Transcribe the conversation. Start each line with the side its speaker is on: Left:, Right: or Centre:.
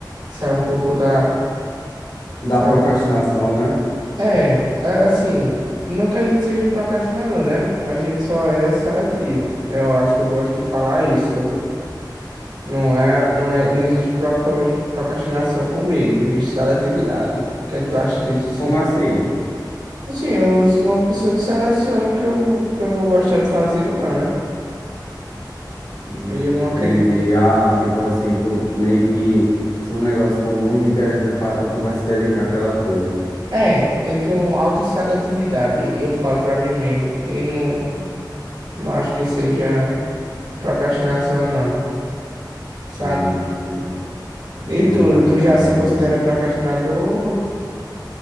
Right: Sair um pouco da,
Left: Da
Right: sair
Left: procrastinação,
Right: um-
Left: né?
Right: É, a- assim, não que a gente seja procrastinador, né? A gente só é seletivo. Eu acho que eu gosto de falar isso sobre. Não é, não é, não existe procras- procrastinação comigo, existe seletividade. O que é que tu acha disso, assim?
Left: Como assim?
Right: Assim, eu sou uma pessoa que seleciona o que eu, que eu vou gostar de fazer ou não, né?
Left: Hum,
Right: Aí eu não
Left: Entender.
Right: acredito que...
Left: Ah, tipo assim, tu meio que. Se um negócio for muito interessante pra tu, tu vai se dedicar àquela coisa.
Right: É, eu tenho alta seletividade, eu falo pra mim mesmo. E não, não acho que seja procrastinação, não. Sabe?
Left: Hum, enten- Entendi
Right: E tu,
Left: mais
Right: tu
Left: ou menos
Right: já se
Left: como
Right: considera
Left: é.
Right: procrastinador?